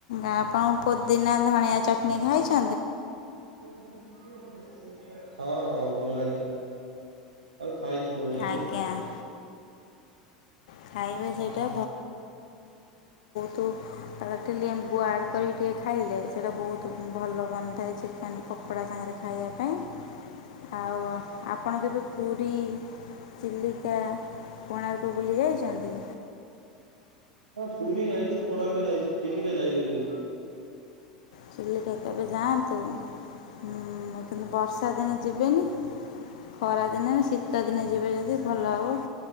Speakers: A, on the left; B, on the right.
A: ଆପଣ ପୋଦିନା ଧଣିଆ ଚଟଣି ଖାଇଚ
B: <unintelligible> ହଁ ହଁ ଭଲ ଲାଗେ ଆଉ। ଖାଇଛୁ ନାଇକି
A: ଆଜ୍ଞା ଖାଇବେ
B: ହ
A: ସେଇଟା ତୁ ତାାର ଟିକେ ଲେମ୍ବୁ ଆଡ଼୍ କରିକି ଟିକେ ଖାଇଲେ ସେଇଟା ବହୁତ ଭଲ ବନିଥାଏ ଚିକେନ୍ ପକୋଡ଼ା ସାଙ୍ଗରେ ଖାଇବା ପାଇଁ ଆଉ ଆପଣ କେବେ ପୁରୀ ଚିଲି କୋର୍ଣାକ ବୁଲି ଯାଇଚନ୍ତି?
B: ହଁ ପୁରୀ ଯାଇଛୁ କୋଣାର୍କ ଯାଇଛୁ ଚିଲିକା ଯାଇନି କେବେ?
A: ଚିଲିକା କେବେ ଯାଆନ୍ତୁ ହୁଁ କିନ୍ତୁ ବର୍ଷା ଦିନେ ଯିବେନି। ଖରାଦିନେ ଶୀତ ଦିନେ ଯିବେ ଯଦି ଭଲ ହବ।